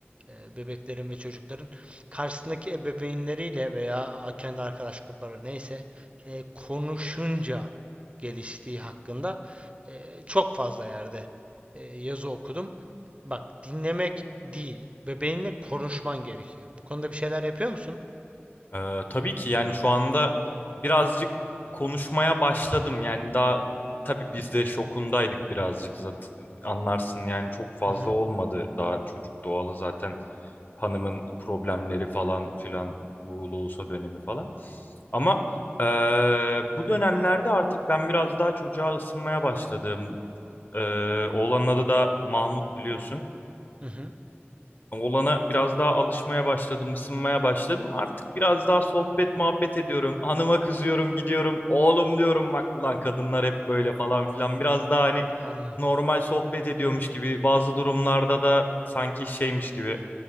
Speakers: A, on the right; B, on the left.
A: e, bebeklerin ve çocukların karşısındaki ebeveynleriyle veya kendi arkadaş grupları neyse e, konuşunca geliştiği hakkında e, çok fazla yerde e, yazı okudum. Bak dinlemek değil, bebeğinle konuşman gerekiyor. Bu konuda bir şeyler yapıyor musun?
B: Ee, tabii ki yani şu anda birazcık konuşmaya başladım. Yani daha tabii biz de şokundaydık birazcık zaten anlarsın yani çok fazla
A: Hı hı,
B: olmadı daha çocuk doğalı zaten hanımın problemleri falan filan bu loğusa dönemi falan. Ama eee, bu dönemlerde artık ben biraz daha çocuğa ısınmaya başladım. Eee oğlanın adı da Mahmut biliyorsun
A: hı hı,
B: olana biraz daha alışmaya başladım, ısınmaya başladım. Artık biraz daha sohbet muhabbet ediyorum. Hanıma kızıyorum, gidiyorum. Oğlum diyorum bak ulan kadınlar hep böyle falan filan. Biraz daha hani
A: anladım.
B: normal sohbet ediyormuş gibi bazı durumlarda da sanki şeymiş gibi